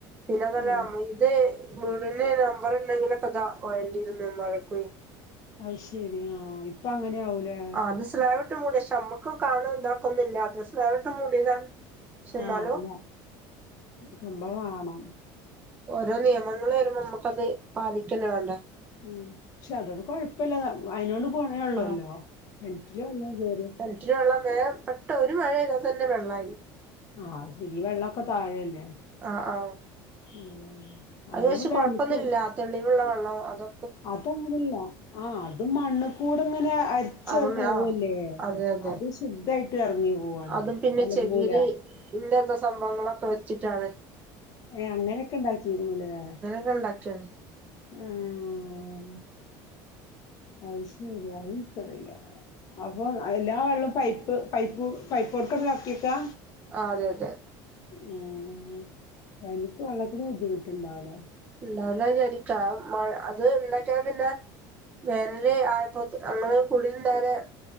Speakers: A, on the right; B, on the left.
A: പിന്നെതല്ല
B: ആഹ്
A: അമ്മയ്ക് അതെ വീടിന് നമ്പർ ഉണ്ടെങ്കിലൊക്കെതാ വയണ്ടിരുന്നു മഴ പോയി.
B: അയി ശെരി ആഹ് ഇപ്പ അങ്ങനെ ആവൂലേ
A: ആഹ് അത് സ്ലൈവിട്ട് മൂടിയക്ഷെ നമ്മുക്ക് കാണൻ ഇന്താക്കൊന്നില്ല അത് സ്ലൈവിട്ട് മൂടിയതാണ്. പക്ഷെ എന്നാലും
B: ആഹ് അല്ല സംഭവാണോ?
A: ഓരോ നിയമങ്ങൾ വരുമ്പോ നമ്മുക്കത് പാലിക്കല്ലെ വേണ്ടേ
B: ഉം പക്ഷെ അതോട് കൊഴപ്പല്ല അയിതിനോട് പോണേള്ളൂല്ലോ
A: ആഹ്
B: കണറ്റില വള്ള കേയര
A: ഒ വെള്ളംപെട്ട ഒരു മഴയതാ തന്നെ വെള്ളമായി
B: ആഹ് ശരി വെള്ളോക്കെ താഴല്ലേ
A: ആഹ് ആഹ്
B: ഉം അങ്ങനെയാവുമ്പോ
A: അത് വച്ച്
B: വേനൽക്ക്
A: കൊഴപ്പൊന്നുല്ലാ തെളിവുള്ള വെള്ളം അതൊ
B: അതങ്ങനല്ല ആഹ് അതും മണ്കൂടെങ്ങനെ. ച്ചാൽ
A: അറിഞ്ഞ
B: പോവല്ലേ
A: ആഹ് അതെ അതെ
B: അത് ശുദ്ധായിട്ട് ഇറങ്ങി പോവാണ്ള്ള
A: അതും പിന്നെ
B: തല
A: ചെകിരി
B: മൂല
A: ഇല്ലാത്ത സംഭവങ്ങളൊക്കെ വെച്ചിട്ടാണ്.
B: ഏഹ് അങ്ങനെയൊക്കെ ണ്ടാക്കികുണൂലേ
A: ഇന്നുണ്ടാക്കിയത്
B: ആഹ് ആയി ശെരി അഹ്ൻങക്കറില്ല അപ്പൊ എല്ലാ വെള്ളവും പൈപ്പ് പൈപ്പ് പൈപ്പ് കൊടുക്കടതാക്കിയക്കാ
A: ആഹ് അതെ അതെ
B: ആഹ് എനിക്ക് വെള്ളത്തിന് ബുദ്ധിമുട്ടുണ്ടാവില്ല
A: <unintelligible> മഴ അത് ഉണ്ടാക്കിയ പിന്നെ വേനല് ആയപ്പോ അങ്ങെ കുടിലിണ്ടറെ